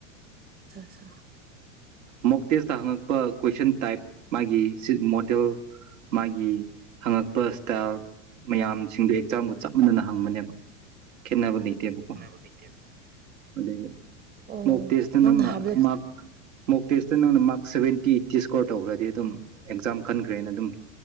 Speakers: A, on the right; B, on the right.
A: ꯑꯆꯥ
B: ꯃꯣꯛ ꯇꯦꯁꯇ ꯍꯪꯉꯛꯄ ꯀꯣꯏꯁꯟ ꯇꯥꯏꯞ ꯃꯥꯒꯤ ꯁꯤ ꯃꯣꯗꯦꯜ ꯃꯥꯒꯤ ꯍꯪꯉꯛꯄ ꯏꯁꯇꯥꯏꯜ ꯃꯌꯥꯝꯁꯤꯡꯗꯨ ꯑꯦꯛꯖꯥꯝꯒ ꯆꯞ ꯃꯥꯟꯅꯅ ꯍꯪꯕꯅꯦꯕ ꯈꯦꯠꯅꯕ ꯂꯩꯇꯦꯕꯀꯣ
A: ꯑꯠꯆꯥ
B: ꯑꯗꯒꯤ
A: ꯑꯣ
B: ꯃꯣꯛ ꯇꯦꯁꯇ ꯅꯪꯅ
A: ꯍꯥꯏꯕꯗ
B: ꯃꯥꯔꯛ ꯃꯣꯛ ꯇꯦꯁꯇ ꯅꯪꯅ mark seventy eighty score ꯇꯧꯈ꯭ꯔꯗꯤ ꯑꯗꯨꯝ ꯑꯦꯛꯖꯥꯝ ꯈꯟꯈ꯭ꯔꯦꯅ ꯑꯗꯨꯝ